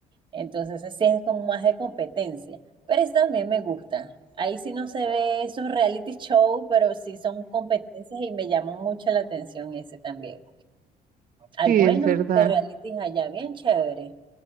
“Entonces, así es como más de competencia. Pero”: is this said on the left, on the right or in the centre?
Right